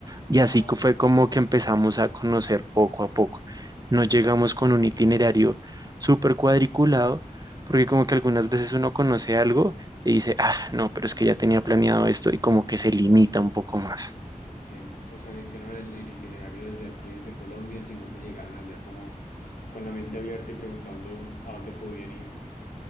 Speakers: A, on the left; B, on the right.
A: Ah,
B: Y así co- fue como que empezamos a conocer poco a poco. No llegamos con un itinerario súper cuadriculado, porque como que algunas veces uno conoce algo y dice, ah, no, pero es que ya tenía planeado esto y como que se limita un poco más.
A: entiendo. O sea, no hicieron el, el itinerario desde aquí, desde Colombia, sino que llegaron allá como con la mente abierta y preguntando a dónde podían ir.